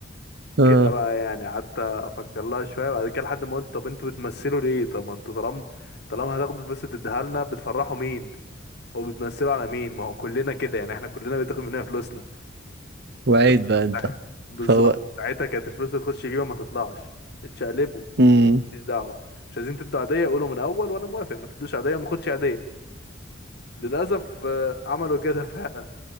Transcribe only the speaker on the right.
اه
وعيد
بقى
انت
فهو
امم